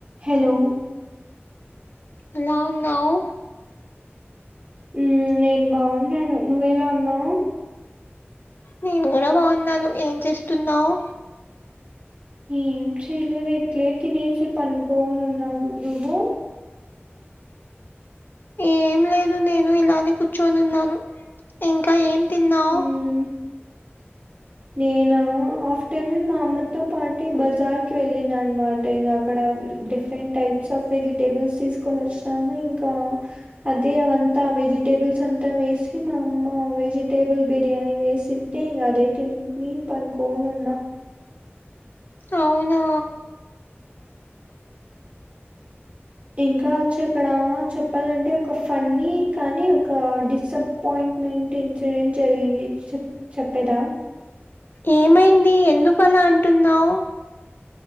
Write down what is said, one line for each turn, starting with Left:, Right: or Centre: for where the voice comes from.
Right: Hello
Left: ఎలా ఉన్నావ్
Right: ఉమ్ నేను బాగున్నాను నువ్వు ఎలా ఉన్నావు
Left: నేను కూడా బాగున్నాను ఏం చేస్తున్నావు
Right: ఏం చెయలేదు ఎట్లే తినేసి పనుకోని ఉన్నాను నువ్వు
Left: ఏం లేదు నేను ఇలానే కూర్చొని ఉన్నాను ఇంకా ఏం తిన్నావు
Right: హ్మ్ నేనా ఆఫ్టర్నూన్ మా అమ్మతో పాటి బజార్ కి వెళ్ళిన అన్నమాట ఇగ అక్కడ డిఫరెంట్ టైప్స్ ఆఫ్ వెజిటేబుల్స్ తీసుకొని వచ్చినాము ఇంకా అదే అవంతా వెజిటేబుల్స్ అంతా వేసి మా అమ్మ వెజిటేబుల్ బిర్యానీ వేసి తింటేం కదే తిని పనుకోని ఉన్నా
Left: అవునా
Right: ఇంకా వచ్చి అక్కడ చెప్పాలంటే ఒక ఫన్నీ కానీ ఒక డిస్బ్ అపాయింట్మెంట్ ఇన్సిడెంట్ జరిగింది చె చెప్పేదా
Left: ఏమైంది ఎందుకలా అంటున్నావు